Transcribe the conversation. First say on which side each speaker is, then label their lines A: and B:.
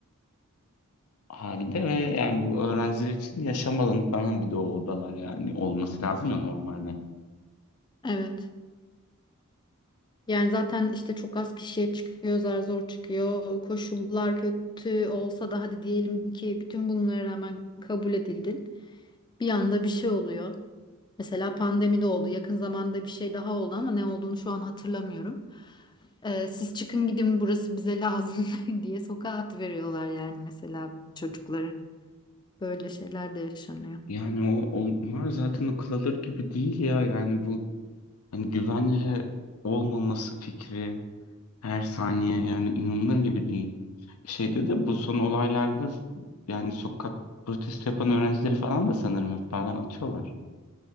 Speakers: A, on the left; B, on the left.
A: halde ve yani bu öğrenciler için yaşam alanı falan bir de o odalar yani olması lazım ya normalde.
B: Evet. Yani zaten işte çok az kişiye çıkıyor, zar zor çıkıyor. Koşullar kötü olsa da hadi diyelim ki bütün bunlara rağmen kabul edildin. Bir anda bir şey oluyor. Mesela pandemide oldu. Yakın zamanda bir şey daha oldu ama ne olduğunu şu an hatırlamıyorum. Ee, siz çıkın gidin burası bize lazım <laughs> diye sokağa atıveriyorlar yani mesela çocukları. Böyle şeyler de yaşanıyor.
A: Yani o onlar zaten akıl alır gibi değil ya yani bu hani güvence olmaması fikri Her saniye yani inanılır gibi değil. Şeyde de bu son olaylarda yani sokak protesto yapan öğrencileri falan da sanırım yurtlardan atıyorlar.